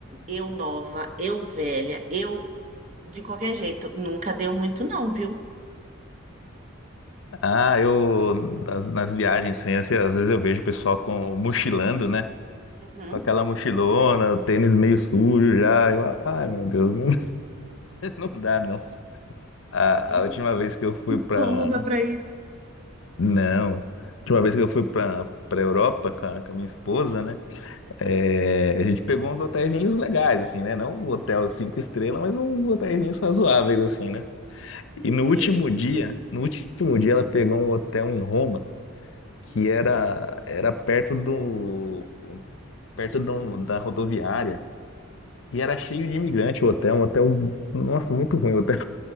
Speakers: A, on the right; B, on the left.
A: eu nova, eu velha, eu de qualquer jeito, nunca deu muito não, viu?
B: Ah, eu nas, nas viagens, assim, assim, às vezes eu vejo o pessoal com mochilando, né?
A: Uhum.
B: Com aquela mochilona, o tênis meio sujo já. Eu, ai, meu Deus, não, <laughs> não dá não. A,
A: Eu não
B: a última vez que eu fui
A: tenho
B: pra.
A: <laughs> coluna pra isso.
B: Não. A última vez que eu fui pra, pra Europa com a, com a minha esposa, né? É,
A: Hum,
B: a gente pegou uns hotelzinhos legais, assim, né? Não um hotel cinco estrelas, mas uns hotelzinhos razoáveis, assim, né?
A: hum,
B: E no
A: Sim.
B: último dia, no último dia ela pegou um hotel em Roma. que
A: Hum.
B: era, era perto do, perto do, da rodoviária. E era cheio de imigrante o hotel, um hotel, nossa, muito ruim o hotel.